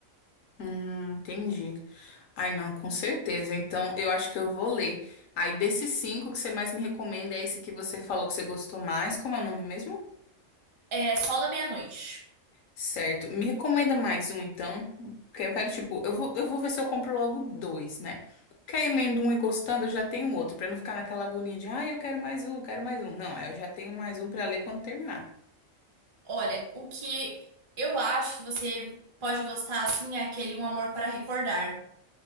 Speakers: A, on the left (about 75°); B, on the right (about 30°).
A: hum, entendi. Ai, não, com certeza. Então, eu acho que eu vou ler. Aí, desses cinco que você mais me recomenda, é esse que você falou que você gostou mais. Como é o nome mesmo?
B: É só da meia-noite.
A: Certo. Me recomenda mais um, então. Porque eu quero, tipo, eu vou, eu vou ver se eu compro logo dois, né? Porque aí lendo um e gostando, eu já tenho outro, pra não ficar naquela agonia de, ah, eu quero mais um, eu quero mais um. Não, aí eu já tenho mais um pra ler quando terminar.
B: Olha, o que eu acho que você pode gostar assim é aquele Um Amor para Recordar.